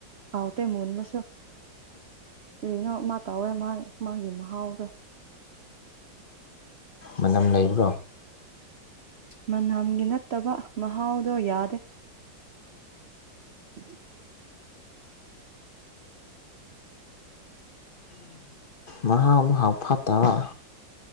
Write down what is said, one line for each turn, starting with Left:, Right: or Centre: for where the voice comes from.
Right: ꯍꯥꯎ ꯇ ꯃꯣꯜꯅꯁꯨꯣ ꯀꯔꯤꯅꯣ ꯃꯥ ꯇꯧꯋꯦ ꯃꯥ ꯃꯥꯒꯤ ꯃꯍꯥꯎꯗꯣ
Left: ꯃꯅꯝ ꯂꯩꯕ꯭ꯔꯣ
Right: ꯃꯅꯝꯒꯤ ꯅꯠꯇꯕ ꯃꯍꯥꯎꯗꯣ ꯌꯥꯗꯦ ꯑꯗꯨ <inaudible>
Left: ꯃꯍꯥꯎ ꯍꯥꯎ ꯐꯠꯇꯕ